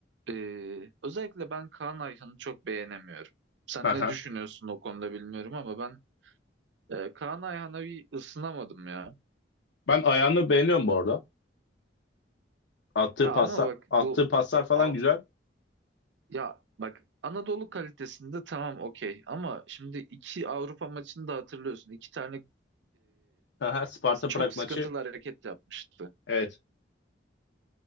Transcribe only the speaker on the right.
e, özellikle ben Kaan Ayhan'ı çok beğenemiyorum. Sen
ne düşünüyorsun o konuda bilmiyorum ama ben e, Kaan Ayhan'a bir ısınamadım ya.
Ya
ama bak
bu
Av-
ya bak Anadolu kalitesinde tamam okey ama şimdi iki Avrupa maçını da hatırlıyorsun. İki tane
çok
sıkıntılı
hareket yapmıştı.